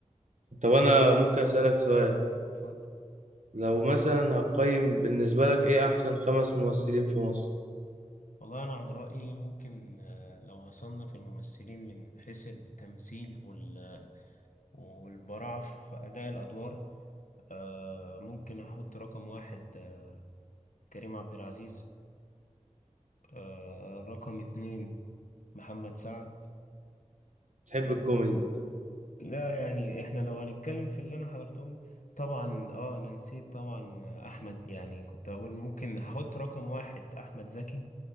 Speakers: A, on the right; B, on the left.
A: طب انا ممكن اسالك سؤال
B: اتفضل
A: لو مثلا هقيم بالنسبه لك ايه احسن خمس ممثلين في مصر
B: والله أنا عن رأيي ممكن آه، لو هصنف الممثلين من حيث التمثيل وال والبراعة في أداء الأدوار آه، ممكن أحط رقم واحد آه، كريم عبد العزيز آه، رقم اتنين محمد سعد
A: تحب
B: رقم
A: الكوميدي
B: لا يعني احنا لو هنتكلم في اللي أنا حضرتهم طبعا اه أنا نسيت طبعا آه، أحمد يعني كنت أقول ممكن أحط رقم واحد أحمد زكي